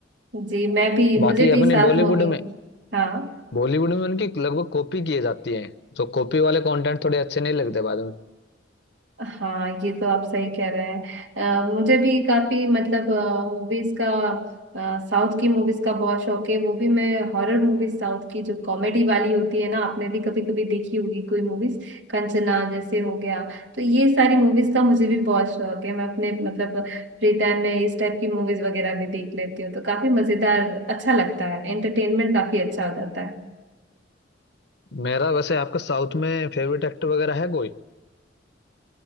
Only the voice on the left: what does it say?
बाकी
अपने
बॉलीवुड
में
बॉलीवुड में उनकी लगभग कॉपी किए जाती हैं जो कॉपी वाले कंटेंट थोड़े अच्छे नहीं लगते बाद में
मेरा वैसे आपका साउथ में फेवरेट एक्टर वगैरह है कोई